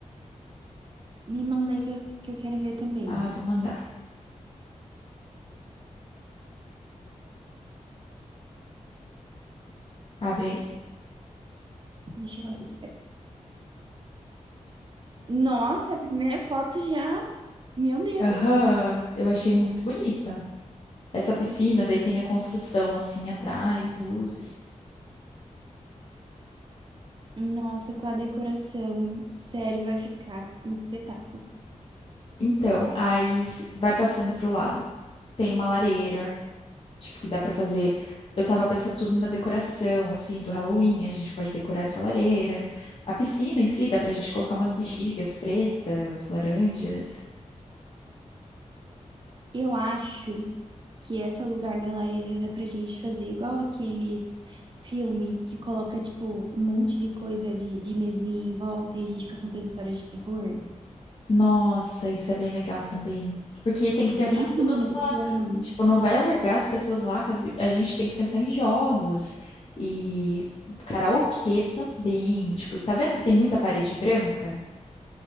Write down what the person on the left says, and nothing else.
Ah, vou mandar. Abre aí.
Aham, eu achei muito bonita. Essa piscina, daí tem a construção assim atrás, luzes.
Então, aí se- vai passando pro lado. Tem uma lareira, tipo, que dá pra fazer. Eu tava pensando tudo na decoração, assim, do Halloween. A gente pode decorar essa lareira. A piscina em si, dá pra gente colocar umas bexigas pretas, laranjas.
Nossa, isso é bem legal também. Porque tem que
pensar
tudo
numa. Tipo, não vai largar as pessoas lá. com as bi- A gente tem que pensar em jogos e karaokê também. Tipo, tá vendo que tem muita parede branca?